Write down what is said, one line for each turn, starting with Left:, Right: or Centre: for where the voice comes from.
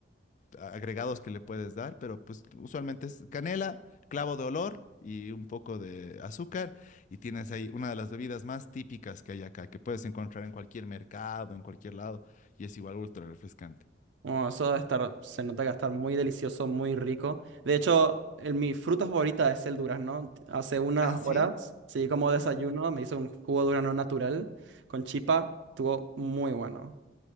Left: agregados que le puedes dar, pero pues usualmente es canela, clavo de olor y un poco de azúcar y tienes ahí una de las bebidas más típicas que hay acá, que puedes encontrar en cualquier mercado, en cualquier lado y es igual ultra refrescante.
Right: Oh, eso debe estar, se nota que va a estar muy delicioso, muy rico. De hecho, el- mi fruta favorita es el durazno. Hace unas
Left: Ah, sí.
Right: horas, sí, como desayuno, me hice un jugo de durazno natural con chipa. Estuvo muy bueno.